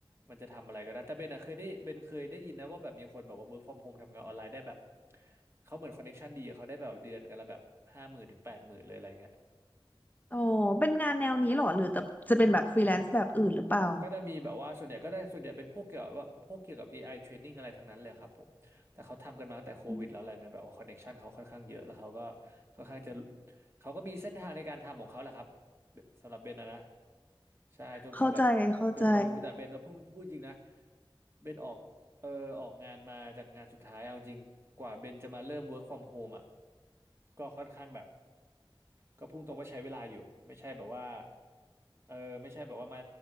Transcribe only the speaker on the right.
มันจะทำอะไรก็ได้แต่เบนอะเคยได้เบนเคยได้ยินนะว่าแบบมีคนแบบว่า work from home ทำงานออนไลน์ได้แบบเขาเหมือนคอนเน t ชันดีเขาได้แบบเดือนกันละแบบห้าหมื่นถึงแปดหมื่นเลยอะไรเงี้ย
ก็จะมีแบบว่าส่วนใหญ่ก็ได้ส่วนใหญ่เป็นพวกเกี่ยวกับว่าพวกเกี่ยวกับ AI training อะไรทั้งนั้นเลยครับผม แต่เขาทำกันมาตั้งแต่โควิดแล้วอะไรนะแบบว่าคอนเน็กชันเขาค่อนข้างเยอะแล้วเขาก็
ค่อนข้างจะเขาก็มีเส้นทางในการทำของเขาแหละครับสำหรับเบนนะนะ ใช่จนเขาแบบ
จนเขารู้แต่เบนก็พูดพูดจริงนะเบนออกเออออกงานมาจากงานสุดท้ายเอาจริงกว่าเบนจะมาเริ่ม work from home อ่ะก็ค่อนข้างแบบก็พุ่งตรงว่าใช้เวลาอยู่ไม่ใช่แบบว่าเออไม่ใช่แบบว่ามา